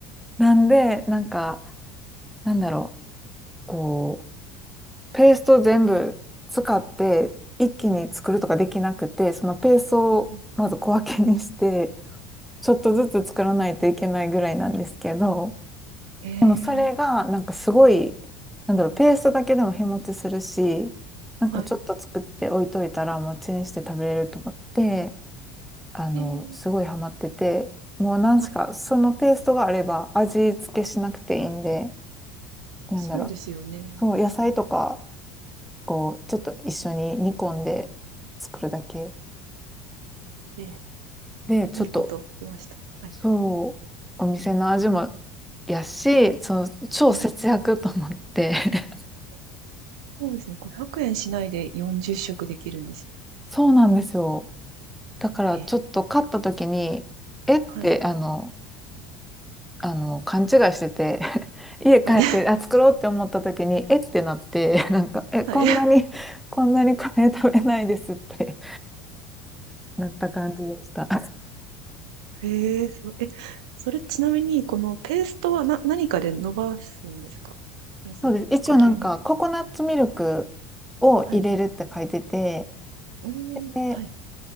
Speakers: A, in the centre; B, on the right.
A: なんで、なんか、なんだろう、こう、ペースト全部使って、一気に作るとかできなくて、そのペーストをまず小分けにして、
B: うん、
A: ちょっとずつ作らないといけないぐらいなんですけど、
B: ええ、
A: でもそれがなんかすごい、なんだろう、ペーストだけでも日持ちするし、なんかちょっと作って置いといたらもうチンして食べれると思って、
B: はい。
A: あの、
B: ええ、
A: すごいハマってて、もう何しか、
B: はい。
A: そのペーストがあれば味付けしなくていいんで、なんだろう、
B: そうですよね。
A: そう、野菜とか、
B: うん。
A: こう、ちょっと一緒に煮込んで作るだけ
B: ええ、
A: で、ちょっと
B: いいこと聞きました。はい。
A: そう、お店の味もやし、その超節約と思って
B: うん。
A: <laughs>
B: そうですね。500円しないで40食できるんですよね。
A: そうなんですよ。だからちょっと買った時に、
B: ええ、
A: えって、
B: はい。
A: あの、あの、勘違いしてて <laughs> 家帰って、
B: はい。<laughs>
A: あ、作ろうって思った時に、えってなって、<laughs> なんか、え、こんなに、
B: はい。
A: こんなにカレー食べないですって <laughs> なった感じでした。
B: ええ、すごい。え、それちなみに、このペーストはな、何かで伸ばすんですか水とか牛乳とか。
A: <laughs> そうです。一応なんか、ココナッツミルクを入れるって書いてて、
B: はい。うーん。
A: で、
B: はい。